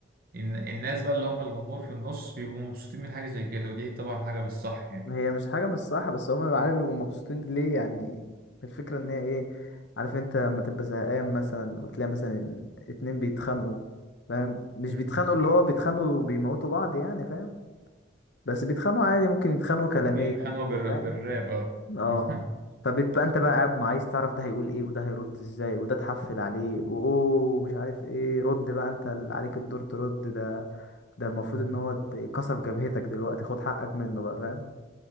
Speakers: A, on the right; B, on the left.
A: الن- الناس بقى اللي هم الجمهور في النص بيبقوا مبسوطين من حاجه زي كده ودي طبعا حاجه بالصح يعني
B: هي مش حاجة مش صح بس هما بيبقوا عارف بيبقوا مبسوطين ليه يعني الفكرة ان هي ايه عارف انت لما تبقى زهقان مثلا وتلاقي مثلا اتنين بيتخانقوا فاهم مش
A: م-
B: بيتخانقوا اللي هو بيتخانقوا وبيموتوا بعض يعني فاهم بس بيتخانقوا عادي ممكن يتخانقوا كلاميا
A: بيتخانقوا بال...
B: كده فاهم
A: بالراب اه
B: اه
A: <laughs>
B: فبتبقى انت بقى قاعد ما عايز تعرف ده هيقول ايه وده هيرد ازاي وده تحفل عليه واوه مش عارف ايه رد بقى انت اللي عليك الدور ترد ده ده المفروض
A: م.
B: ان هو د- كسر جبهتك دلوقتي خد حقك منه بقى فاهم